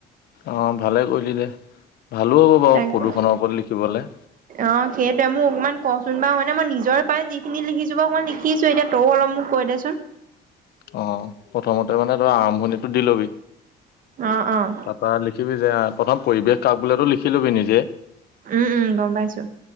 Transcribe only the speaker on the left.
অ' ভালে কৰিলি দে ভালো হ'ব বাৰু
প্ৰদূষণৰ ওপৰত লিখিবলৈ।
অ', প্ৰথমতে মানে তই আৰম্ভণিত দি ল'বি,
তাৰপৰা লিখিবি যে প্ৰথম পৰিৱেশ কাক বোলেতো লিখি লবি নিজে।